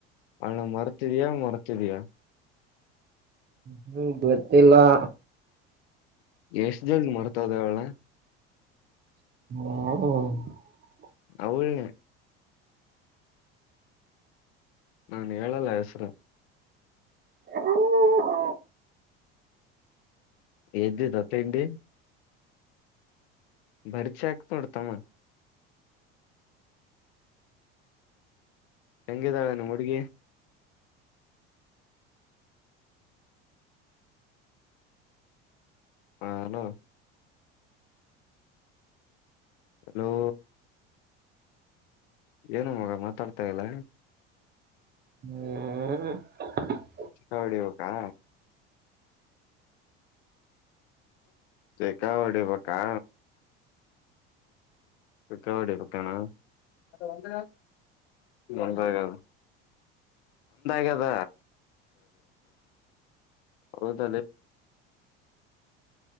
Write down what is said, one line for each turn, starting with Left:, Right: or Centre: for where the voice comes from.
Left: ಅವಳನ್ನ ಮರ್ತಿದ್ಯಾ ಮರ್ತಿದಿಯಾ
Right: ಹ್ಮ ಬತ್ತಲ್ಲಾ
Left: ಎಷ್ಟು ಜಲ್ದಿ ಮರೆತು ಹೋದೆ ಅವ್ಳ್ನ
Right: ಹ್ಮ <inaudible>
Left: ಅವಳನೆ ನಾನ್ ಹೇಳಲ್ಲ ಹೆಸರು
Right: ಹ ಹ
Left: ಎ್ದಿ ದತ್ತೇಿ <unintelligible> ಭರಿಚ್ಕತಿಡ್ತಮ್ಮ ಹೆಂಗಿದಾಳನು ಮುುಡುಗಿ ಹಲೋ ಹಲೋ ಏನ ಮಗ ಮಾತಾಡ್ತಾ ಇಲ್ಲ
Right: ಹ್ಮ್
Left: ಹೌಡಿವಕಾ ಚೆಕ ಒಡೆ ಬಕ್ಕಾ ಕವಾಡ್ಡಿ ಬಣ ಒಂದ ಒಂದಾಗದ ಕ ಬ ಹೌದ